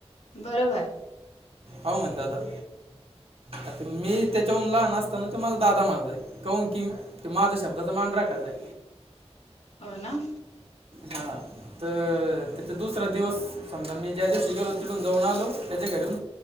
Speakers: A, on the left; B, on the right.
A: बरोबर बरोबर.
B: हो म्हण दादा. आता मी त्याच्याहून लहान असताना तो मला दादा म्हणालाय काउ न‌ की. तो माझ्या शब्दाचा मान राखायचाय.
A: हो ना.
B: हा. त त्याच्या दुसऱ्या दिवस ‌समजा मी ज्या दिवशी गेलो तीडून जाऊन आलो त्याच्या घरून.